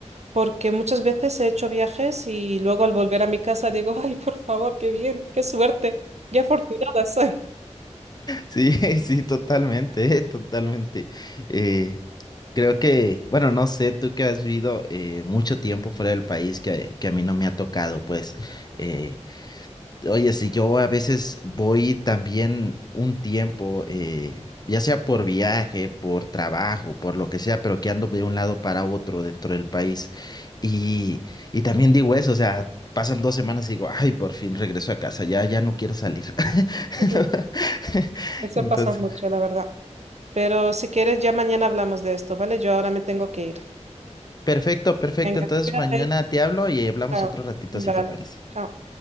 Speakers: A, on the right; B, on the left.
A: Porque muchas veces he hecho viajes y luego al volver a mi casa digo, ay, por favor, qué bien, qué suerte, qué afortunada soy.
B: Sí, sí, totalmente, <laughs> totalmente. Eh, creo que, bueno, no sé, tú que has vivido eh, mucho tiempo fuera del país que, que a mí no me ha tocado, pues, eh, Oye, si yo a veces voy también un tiempo, eh, ya sea por viaje, por trabajo, por lo que sea, pero que ando de un lado para otro dentro del país. Y, y también digo eso, o sea, pasan dos semanas y digo, ay, por fin regreso a casa, ya, ya no quiero salir.
A: <laughs>
B: <laughs>
A: Eso
B: Entonces,
A: pasa mucho, la verdad. Pero si quieres, ya mañana hablamos de esto, ¿vale? Yo ahora me tengo que ir.
B: perfecto, perfecto.
A: Venga,
B: Entonces
A: espérate
B: mañana te hablo y hablamos
A: Chao.
B: otro ratito si
A: Vale,
B: te parece.
A: chao.